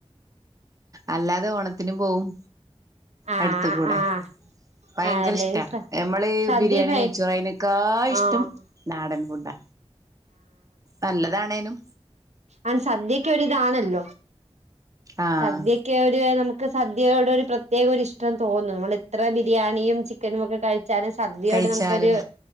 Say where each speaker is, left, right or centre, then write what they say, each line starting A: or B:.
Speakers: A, on the right; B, on the right.
A: അല്ലാതെ ഓണത്തിനും പോവും
B: ആ
A: അടുത്തുകൂടെ.
B: ആ
A: ഭയങ്കര
B: ആണല്ലേ
A: ഇഷ്ടാ
B: സ
A: ഞമ്മള്
B: സദ്യ
A: ബിരിയാണി
B: ഭയ
A: നെയച്ചോറ അയന്ക്കാഷ്ടം
B: ആഹ്
A: നാടൻ ഫുഡാ. നല്ലതാണേനും
B: ആൻ സദ്യക്കരിതാണല്ലോ.
A: ആഹ്
B: സദ്യക്ക് ഒരു നമുക്ക് സദ്യയോട് ഒരു പ്രത്യേക ഒരു ഇഷ്ടംന്ന് തോന്നുന്നു നമ്മൾ എത്ര ബിരിയാണിയ ചിക്കനും ഒക്കെ കഴിച്ച വച്ചാലും സദ്യയോട്
A: കഴിച്ചാലും
B: നമുക്കൊരു